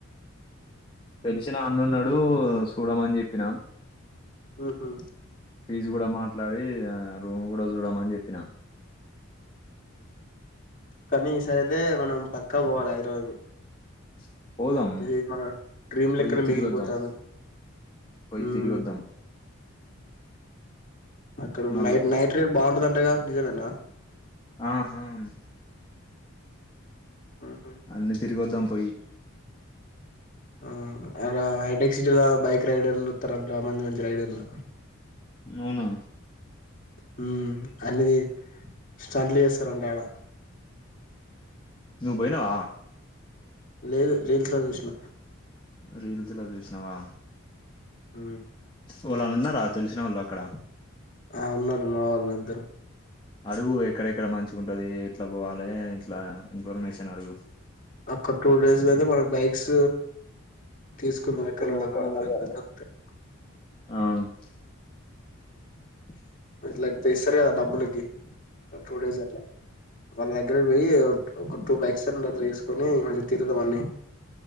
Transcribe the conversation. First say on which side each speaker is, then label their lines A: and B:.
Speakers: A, on the left (about 20°); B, on the left (about 40°).
A: తెలిసిన అన్నున్నాడు చూడమని చెప్పిన
B: ఆహా
A: ఫీజ్ కూడా మాట్లాడి ఆ రూమ్ కూడా చూడమని చెప్పిన
B: కానీ ఈ సారి అయితే మనం పక్కా పోవాలి హైదరాబాద్
A: ఆ పోదాం
B: ఇది మన డ్రీమ్
A: పోయి
B: లెక్కనే
A: తిరుగుద్దాం,
B: మిగిలిపోతాంది
A: పోయి
B: మ్మ్
A: తిరుగుద్దాం
B: అక్కడ
A: మళ్ళా
B: నైట్ నైట్ రేట్ బాగుంటదంటగా నిజమేనా
A: ఆహమ్
B: ఆహా
A: అన్నీ తిరిగోద్దాం పోయి
B: ఆ అడ హైటెక్ సిట్లా బైక్ రైడల్తార మంచి మంచి రైడర్లు
A: అవునా
B: హ అన్నది స్టంట్లు చేస్తారంట ఆడ
A: నువ్ పోయినవ?
B: లేదు రీల్స్ లో చూసిన
A: రీల్స్లా చూసినావా
B: ఆ
A: ఓ లన ఉన్నారా తెలిసిన వాళ్ళు అక్కడ
B: ఆ ఉన్నారు మా వాళ్ళు ఇద్దరు
A: అడుగు ఎక్కడెక్కడ మంచిగా ఉంటది ఎట్లా పోవాలి ఇట్లా ఇన్ఫర్మేషన్ అడుగు
B: ఒక్క టూ డేస్కి అయితే మనకు బైక్స్ తీసుకుందాం
A: తెూసుకున్నతే
B: ఎక్కడన్నా ఒక
A: నాకు
B: అట్లా దొరుకుతాయి
A: <unintelligible> ఆ
B: లేకపోతే ఇస్తారు కదా డబ్బులుకి టూ డేస్ అట్లా వాళ్ళ దగ్గరకి పోయి ఒక టూ బైక్స్ అన్న తీసుకొని మంచిగ తిరుగుదామని